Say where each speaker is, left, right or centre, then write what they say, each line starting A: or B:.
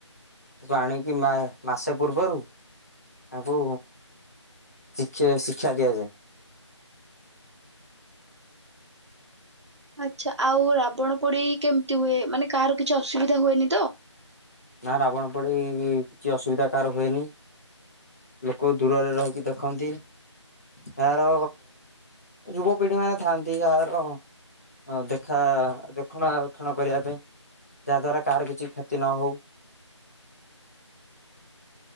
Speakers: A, on the left; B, on the right.
A: ତାକୁ ଆଣିକି ମା ମାସେ ପୂର୍ବରୁ ତାଙ୍କୁ ଶିକ୍ଷା ଶିଖ ଶିକ୍ଷା ଦିଆଯାଏ।
B: ଆଚ୍ଛା ଆଉ ରାବଣ ପୋଡି କେମିତି ହୁଏ ମାନେ କାହାର କିଛି ଅସୁବିଧା ହୁଏନି ତ।
A: ନା ରାବଣ ପୋଡ଼ି କିଛି ଅସୁବିଧା କାହାର ହୁଏନି ଲୋକ ଦୂରରେ ରହିକି ଦେଖନ୍ତି ଏହାର ଯୁବପିଢ଼ି ମାନେ ଥାଆନ୍ତି ଏହାର ଦେଖା ଦେଖଣାକ୍ଷଣ କରିବା ପାଇଁ ଯାହାଦ୍ୱାରା କାହାର କିଛି କ୍ଷତି ନ ହେଉ।